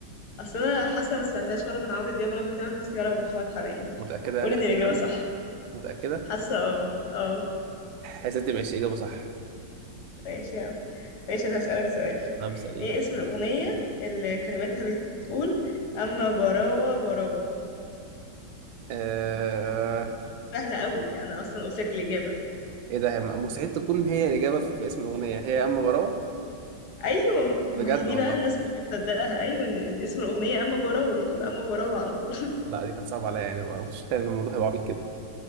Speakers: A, on the left; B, on the right.
A: أصل أنا حاسة ما سمعتهاش ولا من عمرو دياب ولا من تامر حسني ولا من محمد حماقي
B: متاكده يعني
A: قولي
B: اخر
A: إن الإجابة
B: كلام
A: صح
B: متاكده
A: حاسة اه اه
B: يا ستي ماشي اجابه صح
A: ماشي يا عم ماشي أنا هسألك سؤال
B: طب اساليني
A: ايه اسم الأغنية اللي كلماتها بتقول أما براوة براوة
B: أه...
A: سهلة قوي أنا أصلا قلت لك الإجابة
B: ايه ده هي مستحيل تكون هي الاجابه في في اسم الاغنيه هي يا اما براوه
A: ايوه
B: بجد
A: ما هي دي
B: والله
A: بقى الناس مش بتصدقها ايوه ان اسم الاغنيه اما براوه بتقول اما براوه على طول <laughs>
B: لا دي كانت صعبه عليا يعني ما كنتش متخيل ان الموضوع هيبقى عبيط كده